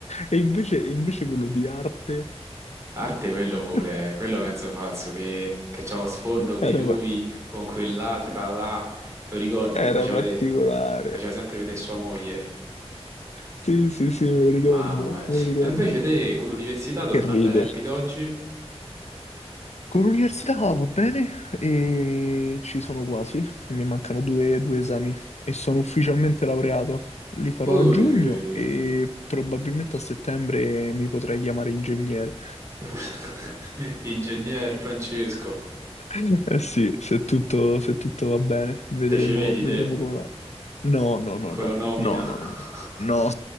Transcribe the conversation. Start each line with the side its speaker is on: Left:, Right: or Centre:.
Left: E invece, invece quello di arte
Right: Arte quello pure,
Left: <laughs>
Right: quello mezzo pazzo che, che c'aveva sfondo di
Left: era,
Right: lui
Left: pa-
Right: con quell'altra là, te lo ricordi
Left: era
Right: che faceva
Left: particolare.
Right: vedere, faceva sempre vedere sua moglie,
Left: Sì, sì, sì, me lo ricordo,
Right: mamma mia.
Left: me lo ricordo.
Right: Ma invece te con l'università tornando
Left: Che ride.
Right: ai tempi d'oggi,
Left: Con l'università va bene e ci sono quasi, mi mancano due, due esami e sono ufficialmente laureato. Li farò
Right: ui,
Left: a giugno e probabilmente a settembre mi potrei chiamare ingegnere.
Right: <laughs> ingegner Francesco,
Left: <laughs> Eh sì, se tutto, se tutto va bene, vedremo,
Right: te ci vedi
Left: vedremo
Right: te
Left: come va. No, no, no,
Right: con
Left: no,
Right: la nomina?
Left: no, no,
Right: <laughs>
Left: no, no, <laughs> no,